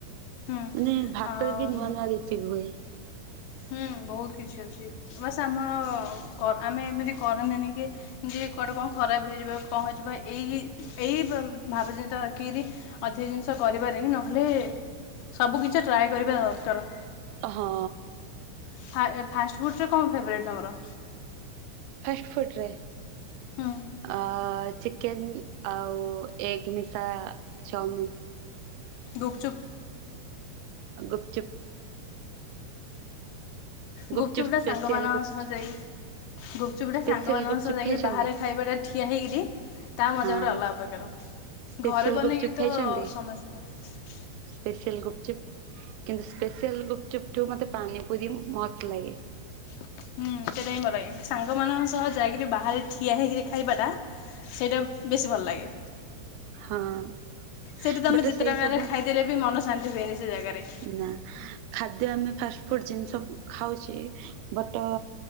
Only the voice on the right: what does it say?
ମାନେ ଭାତରେ
ବି ନୂଆ ନୂଆ ରିସିଭ ହୁଏ।
ହଁ।
ଫାଷ୍ଟଫୁଡ୍ ରେ
ଆ -ଚି କେନ୍ ଆଉ ଏଗ ମିଶା ଚାଅମିନ।
ଆଉ ଗୁପ୍ ଚୁପ୍।
ଗୁପଚୁପ୍
ସ୍ପେସିଆଲ
ଗୁପଚୁପ୍
ସ୍ପେସିଆଲ
ଗୁପଚୁପ୍
ଖାଇଛନ୍ତି?
ହଁ
ସ୍ପେସିଆଲ
ଗୁପଚୁପ୍ ଖାଇଛନ୍ତି?
ସ୍ପେସିଆଲ ଗୁପଚୁପ୍। କିନ୍ତୁ ସ୍ପେଶଲ ଗୁପଚୁପ୍ ଠାରୁ ମତେ ପାନିପୁରି ମସ୍ତ ଲାଗେ।
ହଁ
ବଟ
ସେଇ
ସବୁ
ନା ଖାଦ୍ୟ ଆମେ ଫାଷ୍ଟଫୁଡ଼ ଜିନିଷ ଖାଉଚେ ବଟ